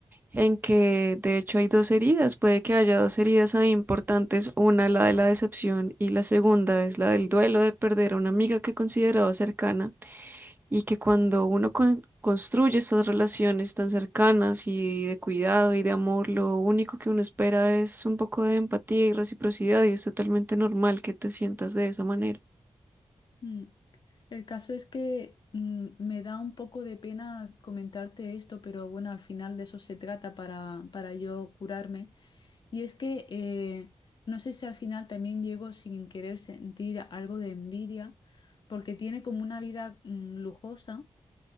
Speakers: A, on the right; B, on the left.
A: en que de hecho hay dos heridas, puede que haya dos heridas ahí importantes, una la de la decepción y la segunda es la del duelo de perder a una amiga que consideraba cercana y que cuando uno con- construye estas relaciones tan cercanas y de cuidado y de amor, lo único que uno espera es un poco de empatía y reciprocidad y es totalmente normal que te sientas de esa manera.
B: Mm. El caso es que mm, me da un poco de pena comentarte esto, pero bueno, al final de eso se trata para, para yo curarme. Y es que eh, no sé si al final también llego sin querer sentir algo de envidia, porque tiene como una vida mm, lujosa.